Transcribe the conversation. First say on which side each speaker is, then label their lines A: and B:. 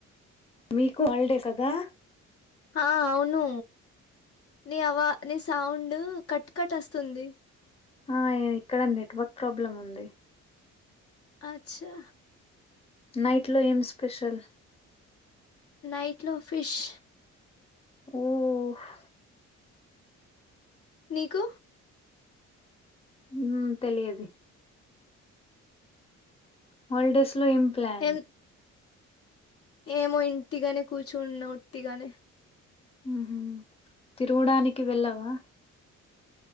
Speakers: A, on the left; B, on the left.
A: మీకు హాలిడే కదా
B: హా అవును నీ అవ్వ నీ సౌండు కట్ కట్ వస్తుంది
A: ఆ ఇక్కడ నెట్వర్క్ ప్రాబ్లం ఉంది
B: అచ్చా
A: నైట్ లో ఏం స్పెషల్
B: నైట్ లో ఫిష్
A: ఓ ఓహ్
B: నీకు
A: ఉమ్ తెలియది హాలిడేస్ లో ఏం ప్లాన్
B: ఏం ఏమో ఇంటిగానే కూర్చున్న ఒట్టిగానే
A: అహ తిరుగడానికి వెళ్ళావా?